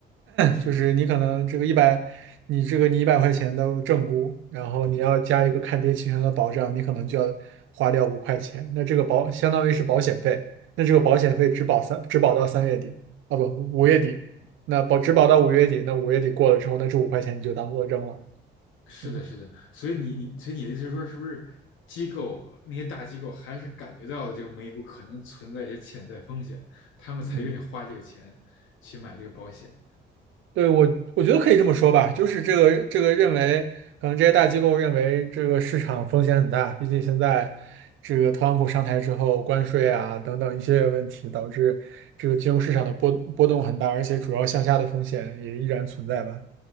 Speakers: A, on the left; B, on the right.
A: 是的。
B: 就是你可能这个一百，你这个你一百块钱的正估，然后你要加一个看跌期权的保障，你可能就要花掉五块钱。那这个保相当于是保险费，那这个保险费只保三，只保到三月底，啊不，五月底，那保只保到五月底，那五月底过了之后，那这五块钱你就当做扔了。
A: 是的，
B: 嗯
A: 是的，所以你你所以你的意思是说，是不是机构那些大机构还是感觉到了这个美股可能存在一些潜在风险，他们才愿意花这个钱去买这个保险？
B: 嗯。对，我我觉得可以这么说吧，就是这个这个认为，可能这些大机构认为这个市场风险很大，毕竟现在这个特朗普上台之后，关税啊等等一系列问题，导致这个金融市场的波波动很大，而且主要向下的风险也依然存在吧。